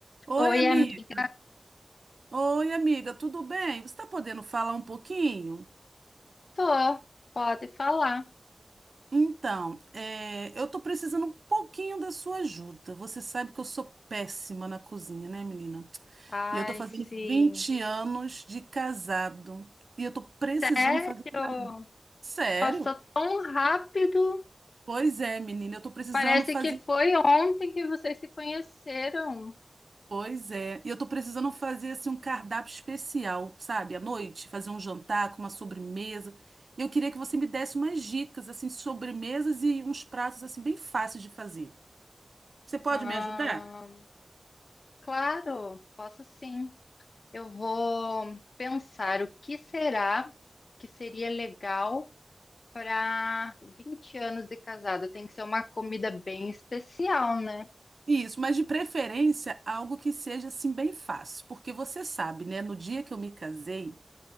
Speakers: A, on the right; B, on the left.
A: Oi,
B: Oi,
A: amiga.
B: amigo.
A: Oi, amiga, tudo bem? Você está podendo falar um pouquinho?
B: Tô, pode falar.
A: Então, é, eu estou precisando um pouquinho da sua ajuda. Você sabe que eu sou péssima na cozinha, né, menina?
B: Ai,
A: E eu estou fazendo
B: sim.
A: 20 anos de casado. E eu estou precisando
B: Sério?
A: fazer. Sério?
B: Passou tão rápido.
A: Pois é, menina, eu estou precisando
B: Parece
A: fazer
B: que foi ontem que vocês se conheceram.
A: Pois é. E eu tô precisando fazer assim um cardápio especial, sabe? À noite, fazer um jantar com uma sobremesa. E eu queria que você me desse umas dicas assim, sobremesas e uns pratos assim bem fáceis de fazer. Você pode
B: Ah,
A: me ajudar?
B: claro, posso sim. Eu vou pensar o que será que seria legal para 20 anos de casado. Tem que ser uma comida bem especial, né?
A: Isso, mas de preferência algo que seja assim bem fácil, porque você sabe, né? No dia que eu me casei,